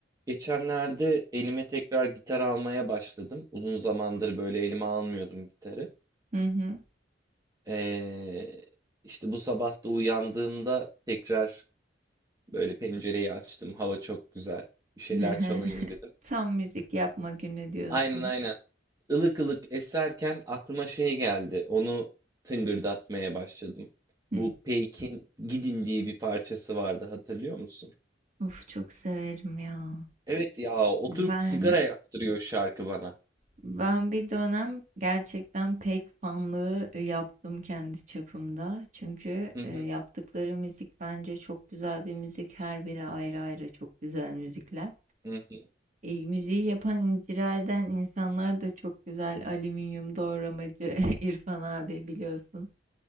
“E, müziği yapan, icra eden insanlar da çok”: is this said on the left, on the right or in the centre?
Right